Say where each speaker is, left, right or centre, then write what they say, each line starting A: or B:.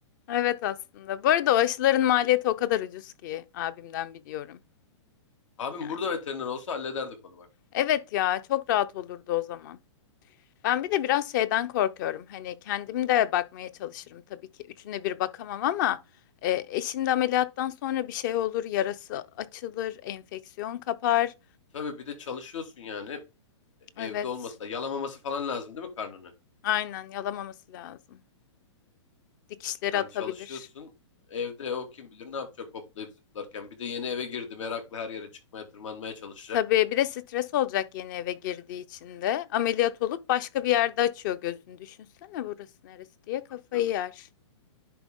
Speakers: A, on the left (about 40°); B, on the left (about 80°).
A: Evet aslında. Bu arada o aşıların maliyeti o kadar ucuz ki abimden biliyorum
B: Abim
A: yani.
B: burada veteriner olsa hallederdik onu bak.
A: Evet ya, çok rahat olurdu o zaman. Ben bir de biraz şeyden korkuyorum. Hani kendim de bakmaya çalışırım tabii ki. Üçüne bir bakamam ama e, eşim de ameliyattan sonra bir şey olur, yarası açılır, enfeksiyon kapar.
B: Tabii bir de çalışıyorsun yani evde
A: Evet,
B: olması da yalamaması falan lazım değil mi karnını?
A: aynen yalamaması lazım. Dikişleri
B: Yani
A: atabilir.
B: çalışıyorsun evde o kim bilir ne yapacak hoplayıp zıplarken. Bir de yeni eve girdi meraklı her yere çıkmaya tırmanmaya çalışacak.
A: Tabii bir de stres olacak yeni eve girdiği için de. Ameliyat olup başka bir yerde açıyor gözünü. Düşünsene burası neresi diye kafayı
B: Tabii tabii
A: yer.